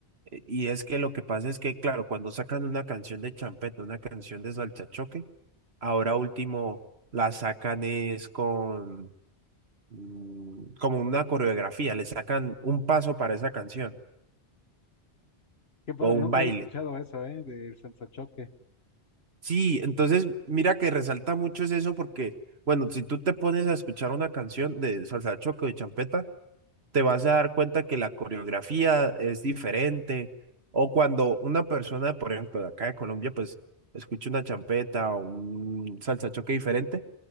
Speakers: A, on the right; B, on the left.
A: Eh, Y es que lo que pasa es que, claro, cuando sacan una canción de champeta, una canción de salchachoque, ahora último la sacan es con mm, como una coreografía, le sacan un paso para esa canción
B: padre,
A: o un
B: nunca
A: baile.
B: había escuchado eso, ¿eh? Del salsa choque.
A: Sí, entonces mira que resalta mucho es eso porque, bueno, si tú te pones a escuchar una canción de salsa choque o de champeta, te vas a dar cuenta que la coreografía es diferente. O cuando una persona, por ejemplo, de acá de Colombia, pues escucha una champeta o un salsachoque diferente,